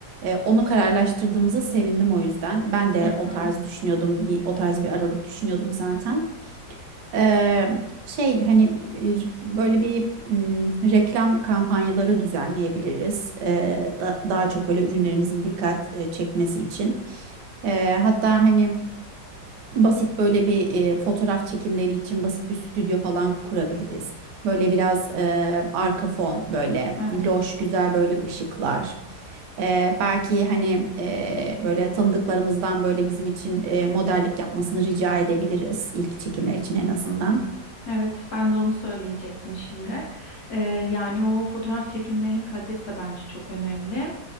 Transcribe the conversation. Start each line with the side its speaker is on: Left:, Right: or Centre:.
Right: e, onu kararlaştırdığımıza sevindim o yüzden. Ben de
Left: Hı
Right: o
Left: hı,
Right: tarz düşünüyordum, bir o tarz bir aralık düşünüyordum zaten. Eee, şey hani e, böyle bir m, reklam kampanyaları düzenleyebiliriz. Eee, da- daha çok böyle ürünlerimizin dikkat e, çekmesi için. Eee, hatta hani basit böyle bir e, fotoğraf çekimleri için basit bir stüdyo falan kurabiliriz. Böyle biraz e, arka fon böyle
Left: evet.
Right: loş güzel böyle ışıklar. Eee, belki hani eee, böyle tanıdıklarımızdan böyle bizim için e, modellik yapmasını rica edebiliriz ilk çekimler için en azından.
Left: Evet, ben de onu söyleyecektim şimdi. Ee, yani o fotoğraf çekimlerinin kalitesi de bence çok önemli.